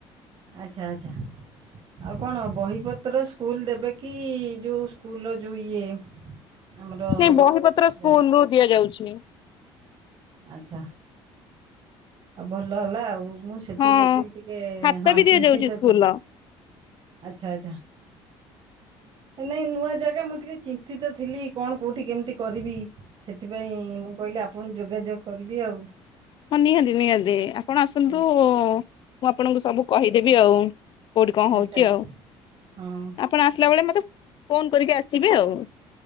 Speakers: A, on the right (about 50°); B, on the left (about 45°).
A: ଆଚ୍ଛା ଆଚ୍ଛା। ଆଉ କଣ ବହିପତ୍ର ସ୍କୁଲ ଦେବେ କି ଯୋଉ ସ୍କୁଲର ଯୋଉ ଇଏ ଆମର
B: ସେ ବହି ପତ୍ର ସ୍କୁଲ ରୁ ଦିଆଯାଉଛି।
A: ଆଛା ଆଉ ଭଲ ହେଲା ଆଉ ମୁଁ ସେଥିପ୍ରତି
B: ହଁ
A: ବି ଟିକେ
B: ଖାତା
A: ହଁ
B: ବି ଦିଆଯାଉଛି
A: ଚିନ୍ତିତ
B: ସ୍କୁଲର।
A: ଥିଲି। ଆଚ୍ଛା ଆଚ୍ଛା। ନାଇଁ ନୂଆ ଜାଗା ମୁଁ ଟିକେ ଚିନ୍ତିତ ଥିଲି କଣ କୋଉଠି କେମିତି କରିବି ସେଥିପାଇଁ ମୁଁ କହିଲେ ଆପଣଙ୍କୁ ଯୋଗାଯୋଗ କରିବି ଆଉ।
B: ହଁ ନିହାନ୍ତି ନିହାନ୍ତି। ଆପଣ ଆସନ୍ତୁ
A: ହଁ
B: ମୁଁ ଆପଣଙ୍କୁ ସବୁ କହିଦେବି ଆଉ କୋଉଠି କଣ
A: ଆଚ୍ଛା
B: ହୋଉଚି ଆଉ।
A: ହଁ।
B: ଆପଣ ଆସିଲା ବେଳେ ମତେ ଫୋନ କରିକି ଆସିବେ ଆଉ।